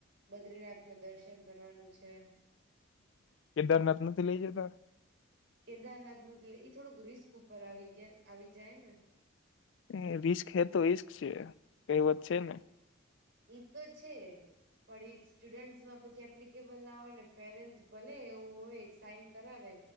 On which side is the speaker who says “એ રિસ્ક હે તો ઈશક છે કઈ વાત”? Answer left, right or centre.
Left